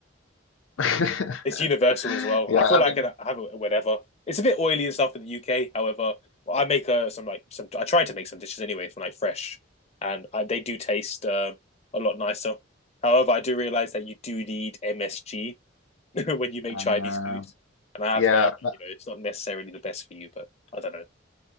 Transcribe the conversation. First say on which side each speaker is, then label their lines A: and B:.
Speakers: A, on the left; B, on the left.
A: <laughs>
B: it's universal as well.
A: Yeah,
B: I feel
A: I
B: like
A: mean.
B: I have it whenever. It's a bit oily and stuff in the UK. However, I make uh, some like some. I try to make some dishes anyway from like fresh, and I, they do taste um, a lot nicer. However, I do realize that you do need MSG <laughs> when you make
A: Um,
B: Chinese foods, and I have
A: Yeah,
B: heard that
A: but-
B: you know it's not necessarily the best for you. But I don't know